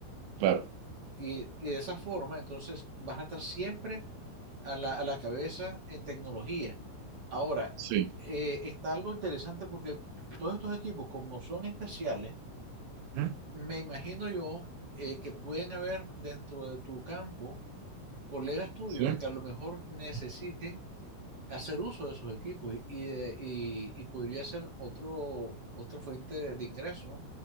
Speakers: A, on the right (about 80°); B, on the right (about 45°).
A: claro.
B: Y, y de esa forma, entonces, vas a estar siempre a la, a la cabeza en tecnología. Ahora,
A: Sí.
B: eh, está algo interesante porque todos estos equipos, como son especiales,
A: Ujú.
B: me imagino yo eh, que pueden haber dentro de tu campo colegas tuyos
A: Sí,
B: que a lo mejor necesiten hacer uso de esos equipos y, y, de- y- y podría ser otro, otra fuente de, de ingreso,